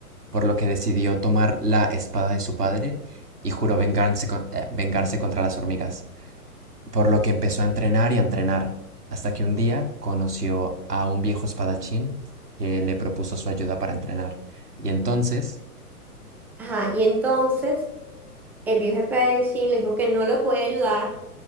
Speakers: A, on the right; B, in the centre.
A: por lo que decidió tomar la espada de su padre y juró vengarse, co- eh, vengarse contra las hormigas por lo que empezó a entrenar y a entrenar, hasta que un día conoció a un viejo espadachín que le propuso su ayuda para entrenar. Y entonces,
B: Ajá, y entonces el viejo jefe de Shin le dijo que no lo podía ayudar